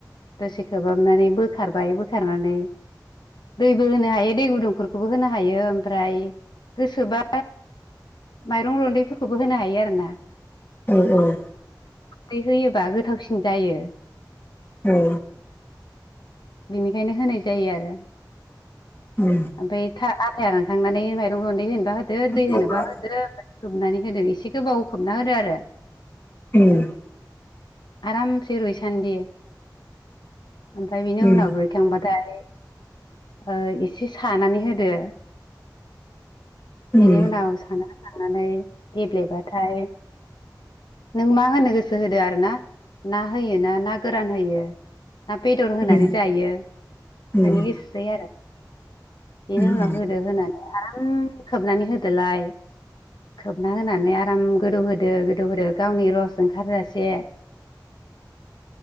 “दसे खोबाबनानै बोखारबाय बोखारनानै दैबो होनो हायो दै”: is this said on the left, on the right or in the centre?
Left